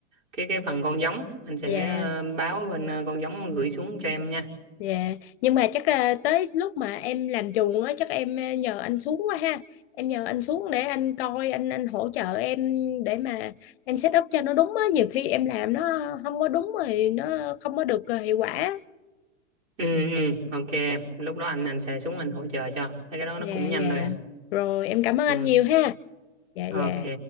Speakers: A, on the right; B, on the left.
A: cái cái phần con giống anh sẽ
B: Dạ,
A: ờ, báo bên ờ, con giống gửi xuống cho em nha
B: dạ. Nhưng mà chắc à, tới lúc mà em làm chuồng á chắc em à, nhờ anh xuống quá ha. Em nhờ anh xuống để anh coi anh anh hỗ trợ em để mà em set up cho nó đúng á, nhiều khi em làm nó không có đúng rồi nó không có được à, hiệu quả.
A: ừ ừ ok em lúc đó anh anh sẽ xuống anh hỗ trợ cho Mấy cái đó nó
B: Dạ
A: cũng nhanh
B: dạ.
A: thôi à
B: Rồi em cảm ơn
A: ừ
B: anh nhiều ha. Dạ dạ.
A: ok